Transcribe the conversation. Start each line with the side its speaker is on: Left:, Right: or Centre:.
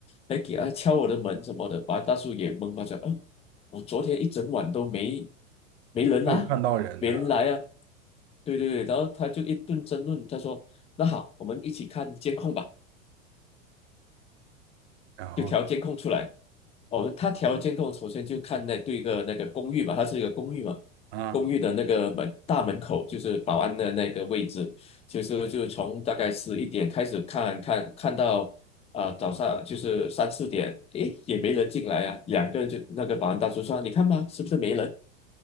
Left: 还给他敲我的门什么的？保安大叔也懵嘛，讲，嗯、我昨天一整晚都没没人啊，
Right: 没有看到人，
Left: 没人来啊。
Right: 对吧？
Left: 对对对，然后他就一顿争论，他说，那好，我们一起看监控吧。
Right: 然后呢？
Left: 就调监控出来。哦，他调监控，首先就看那对一个那个公寓嘛，它是一个公寓嘛，
Right: 啊，
Left: 公寓的那个门大门口就是保安的那个位置，其实就从大概十一点开始看看看到啊、早上就是三四点，诶，也没人进来啊，两个人就那个保安大叔说，你看吧，是不是没人？